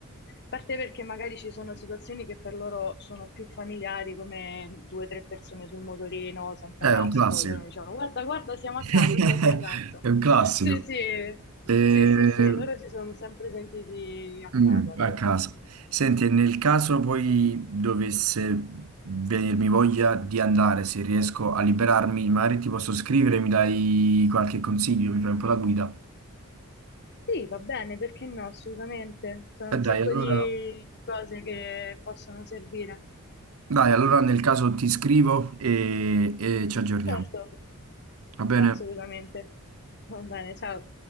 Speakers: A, on the left (about 50°); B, on the right (about 70°).
A: parte perché magari ci sono situazioni che per loro sono più familiari, come due o tre persone sul motorino senza
B: Eh, È
A: casco,
B: un classico.
A: e loro mi dicevano guarda, guarda, siamo
B: <laughs>
A: a casa, sì, sì, esatto.
B: È un classico.
A: Sì, sì,
B: Eh,
A: sì, sì, sì, loro si sono sempre sentiti a
B: Mm,
A: casa lì.
B: a casa. Senti, e nel caso poi dovesse venirmi voglia di andare, se riesco a liberarmi, magari ti posso scrivere, mi dai qualche consiglio, mi fai un po' la guida.
A: Sì, va bene, perché no, assolutamente. Sono
B: E
A: un sacco
B: dai, allora,
A: di di cose che possono servire.
B: dai, allora nel caso ti scrivo e e ci aggiorniamo.
A: Certo,
B: Va bene?
A: assolutamente. Va bene, ciao.